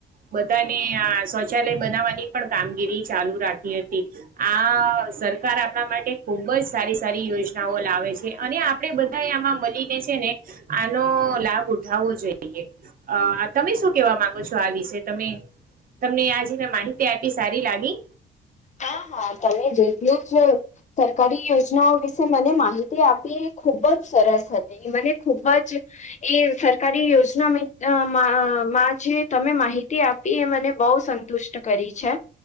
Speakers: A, on the right (about 45°); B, on the left (about 35°).
A: બધાને આ શૌચાલય બનાવવાની પણ કામગીરી ચાલુ રાખી હતી આ સરકાર આપણા માટે ખુબ જ સારી સારી યોજનાઓ લાવે છે, અને આપણે બધા આમાં મળીને છે ને તો લાભ ઉઠાવવો જોઈએ અ તમે શું કેવા માંગો છો આ વિશે તમે તમને આ જને માહિતી આપી સારી લાગી.
B: હા હા તમે જેટલું જ સરકારી યોજનાઓ વિશે મને માહિતી આપી એ ખુબ જ સરસ હતી મને ખૂબ જ એ સરકારી યોજના માં અ માં જ જે તમે માહિતી આપી એ મને બહું સંતુષ્ટ કરી છે